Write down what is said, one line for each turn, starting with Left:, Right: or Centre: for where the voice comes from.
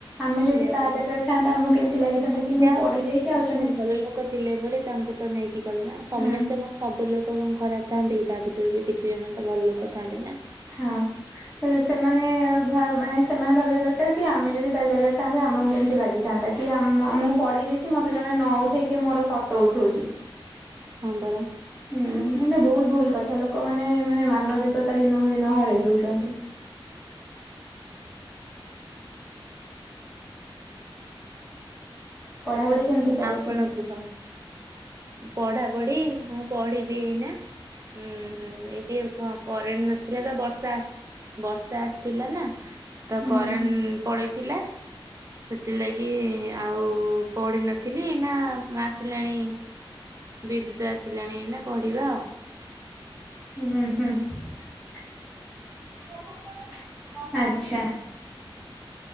Centre: ଆମେ ଯଦି
Right: ସେଇଆପରା
Centre: ତା ଜାଗାରେ ଥାନ୍ତା ଆମକୁ କେମିତି ଲାଗିଥାନ୍ତା କି ମୁଁ
Right: ଯାହା ହଉ
Centre: ପଡି
Right: କିଛି
Centre: ଯାଇଛି ଆଉ ଜଣେ
Right: ଭଲ ଲୋକ ଥିଲେ ବୋଲି ତାଙ୍କୁ ତ ନେଇକି ଗଲେ ନା ସମସ୍ତେ
Centre: ହୁଁ
Right: କଣ ସବୁ ଲୋକ କଣ ଖରାପ। ଥାନ୍ତି ତା ଭିତରୁ ବି କିଛି ଜଣ ତ ଭଲ ଲୋକ ଥାଆନ୍ତି ନା।
Centre: ହଁ ସେମାନେ ମାନେ ସେମାନେ ଭାବିବା ଦରକାର କି ଆମେ ଯଦି ତା ଜାଗାରେ ଥାନ୍ତତା ଆମକୁ କେମିତି ଲାଗିଥାନ୍ତା କି ମୁଁ ପଡିଯାଇଛି ମତେ ଜଣେ ନ ଉଠେଇକି ମୋର ଫଟୋ ଉଠଉଛି।
Right: ହଁ ପରା।
Centre: ହୁଁ ଏ ବହୁତ ଭୁଲ କଥା ଲୋକ ଲୋକମାନେ ମାନେ ମାନବିକତା ଦିନକୁ ଦିନ ହରେଇ ଦଉଛନ୍ତି।
Right: <inaudible>
Centre: ପଢାପଢି କେମିତି ଚାଲିଛି?
Right: ଆଉ କଣ କୁହ। ପଢା ପଢି ହଁ ପଢିବି ଏଇନା। ହୁଁ ଏଇଠି କ କରେଣ୍ଟ ନଥିଲା ତ ବର୍ଷା ବର୍ଷା ଆସ ଥିଲା ନା ତ
Centre: ହୁଁ
Right: କରେନ୍ ପଳେଇଛି। ଥିଲା ସେଥିଲାଗି ଆଉ ପଢିନଥିଲି ନା। ଆସିଲାଣି ବିଦ୍ୟୁତ ଆସିଲାଣି ନା ପଢିବା ଆଉ।
Centre: ହୁଁ ହୁମ୍ଁ ଆଚ୍ଛା।